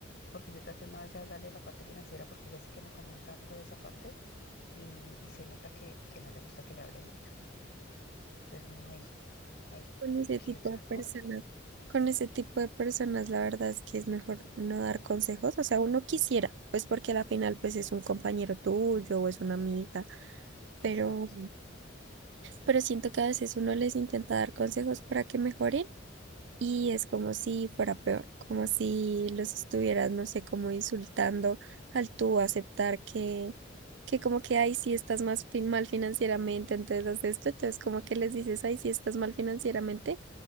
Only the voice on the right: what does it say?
con
ese
tipo
de personas,
con ese tipo de personas, la verdad es que es mejor no dar consejos. O sea, uno quisiera, pues porque al final pues es un compañero tuyo o es una amiga, pero,
pero siento que a veces uno les intenta dar consejos para que mejoren. Y es como si fuera peor, como si los estuvieras, no sé, como insultando al tú aceptar que, que como que, ay, sí estás más fin- mal financieramente, entonces haz esto, entonces como que les dices, ay, sí estás mal financieramente,